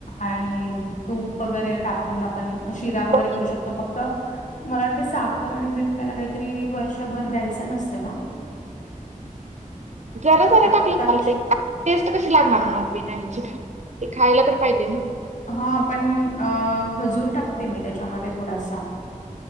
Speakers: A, on the left; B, on the right.
A: आणि तूप वगैरे टाकून आपण शिरा वगैरे
B: हो
A: करू शक. त फक्त मला वाटत साखर आणि मिठ त्याला काहीतरी वर शभर द्यायचं नसतं ना.
B: जरा जरा
A: आत्ताच
B: टाकलं झाल टेस्ट कशी लागणार मून बीना हची. ते खायला तर पाहिजे ना.
A: हा पण अ खजूर टाकते मी त्याच्यामध्ये थोडासा.